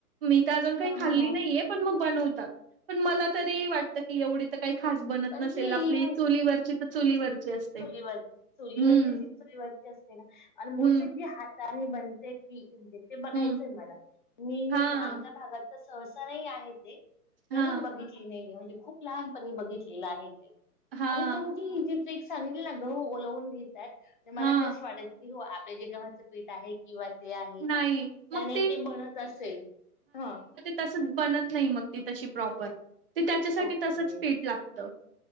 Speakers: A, on the right; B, on the left.
A: मी ते अजून काही
B: हां
A: खाल्ली
B: हां हां
A: नाहीये पण मग बनवतात. पण मला तरी वाट त की एवढी तर काही खास बनत
B: पण
A: नसेल
B: ती
A: आपली चुलीवरची तर चुलीवरची असते.
B: ची वर चुलीवरची
A: हम्म.
B: ती चुलीवरती असते ना? आणि मोस्टीली
A: हं,
B: जी हातान बन तेच की. म्हणजे ते बघायचंय
A: हं.
B: मला मी
A: हां,
B: म्हणजे आमच्या भागात तर सहसा नाही आहे ते.
A: हां,
B: अजून बघितली नाहीे म्हणजे खूप लहानपणी बघितलेलं आहे ते
A: हां,
B: आणि तुम ती ही जी ट्रीक सांगितली ना? गहू ओलवून घेतात. ते मला
A: हां.
B: जास्त वाटयच को हो आपल्या जे गव्हाचं पीठ आहे किंवा ते आहे
A: नाही.
B: ना? त्याने
A: मग
B: ते बनत असेल ह.
A: तसच बनत नाही मग ते तशी प्रॉपर. ती त्याच्यासाठी
B: ओके
A: तसच पीठ लागत.